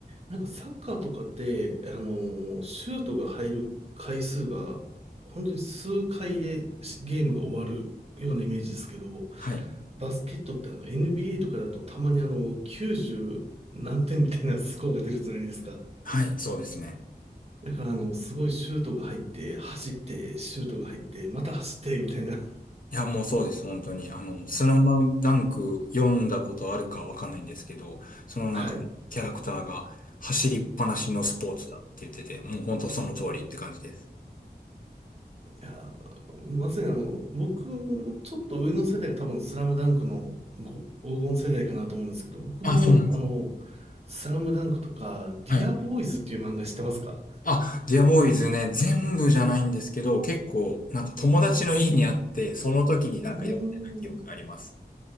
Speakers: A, on the right; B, on the left.
A: なんかサッカーとかって、あのシュートが入る回数が、本当に数回でゲームが終わるようなイメージですけど、
B: はい。
A: バスケットってあの NBA とかだとたまにあの90何点みたいなスコアが出るじゃないですか。
B: はい、そうですね。
A: だからあの、すごいシュートが入って、走って、シュートが入って、また走って、みたいな。
B: いや、もうそうです、本当に。あの、スラムダンク読んだことあるかわかんないんですけど、その中のキャラクターが走りっぱなしのスポーツだって言ってて、
A: はい。
B: もう本当その通りって感じです。
A: いやー、まさにあの、僕のちょっと上の世代が多分スラムダンクのご黄金世代かなと思うんですけど、僕もあの、
B: あ、そうなんです。
A: スラムダンクとか、ディアボーイズっていう漫画知ってますか
B: はい。あ、ディアボーイズね、全部じゃないんですけど、結構、なんか友達の家にあって、その時になんか読んでた記憶があります。
A: うーん、